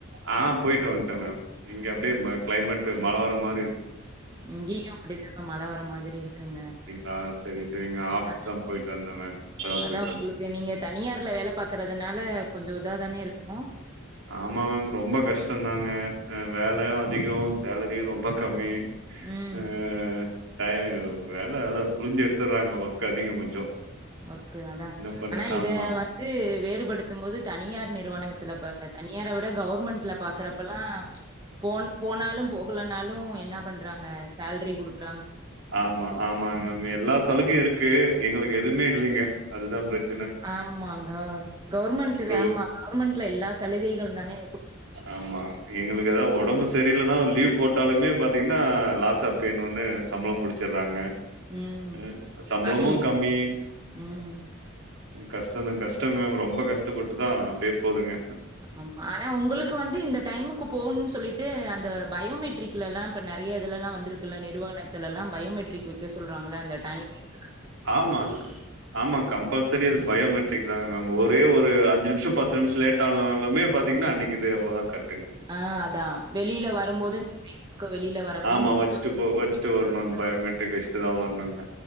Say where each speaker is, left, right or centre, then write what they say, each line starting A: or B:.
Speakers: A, on the right; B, on the right.
A: ஆ போயிட்டு வன்ட்டே மேம் இங்க அப்டியே ம க்ளைமேட்டு மழ வர மா
B: இங்கேயு அப்டிதா மழ வர மாத்ரி இருக்குங்க
A: அப்டிங்களா சரி சரிங்க ஆஃபீஸ்லா
B: <inaudible>
A: போயிட்டு வந்தே மேம் இப்பதா
B: அதா
A: போயிட்டு
B: உங்குளுக்கு
A: வந்தே
B: நீங்க தனியார்ல வேல பாக்குறதுனால கொஞ்ச இத தானே இருக்கூ
A: ஆமா மேம் ரொம்ப கஷ்டோந்தாங்க அ வேலயு அதிகோ சேலரியு ரொம்ப கம்மி
B: ம்
A: ஆ டை வேல அதா புழிஞ்சு எடுத்துர்றாங்க ஒர்க் அதிகோ கொஞ்சோ
B: ஒர்க் அதா
A: என்ன பண்ற
B: ஆனா இத
A: ஆமா
B: வந்து வேறுபடுத்தும் போது தனியார் நிறுவனத்துல <inaudible> தனியார விட கவுர்மெண்ட்ல பாக்குறபெல்லா போன் போனாலு போகலனாலு என்னா பண்றாங்க சேல்ரி குடுக்
A: ஆமா ஆமாங்க மேம் எல்லா சலுகையு இருக்கு எங்களுக்கு எதூமே இல்லிங்க அதுதா ப்ரச்
B: ஆமாங் கோ கவர்மெண்ட்
A: ஒரு
B: ஆமா கவுவர்மெண்ட்ல எல்லா சலுகைகளுதானே
A: ஆமா எங்களுக்கு எதா ஒடம்பு சரிலனா ஒரு லீவ் போட்டாலுமே பாத்தீங் எனா லாஸ் ஆஃப் பே ன்னு ஒன்னு சம்பளோ புடிச்சிட்றாங்க
B: ம்.
A: அ சம்பளமூ
B: ஆனா இ
A: கம்மி
B: ம்.
A: கஷ் டோந்தா கஷ்டோ மேம் ரொம்ப கஷ்டப்பட்டு தா அப்டியே போதுங்க
B: ஆமா ஆனா உங்களுக் க்கு வந்து இந்த டைமுக்கு போணுன் சொல்லிட்டு அந்த பயோமெட்ரிக்லலா இப்ப நெறய இதுலலா வந்திருக்குல நிறுவ னத்துலல்லா பயோமெட்ரிக் வக்க சொல்றாங்கல அந்த டைமிங்
A: ஆமா ஆமா கம்பல்சரி அது பயோமெட்ரிக் தாங்க மேம் ஒரே ஒரு அஞ்சு நிம் ஷோ பத்து நிம்ஷோ லேட்டானாலுமே பாத்தீங்னா அன்னைக்கிது அவ்ள தா கட்
B: ஆ அதா வெளில வரும்போது <inaudible> வெளில வரப்பையு
A: ஆமா
B: வச்சுட்டு வரணூ
A: போ
B: அப்டின்
A: வச்சுட்டு
B: சொல்றாங்க
A: வரணுன் பயோமெட்ரிக் வச்சுட்டு தா வரணுங்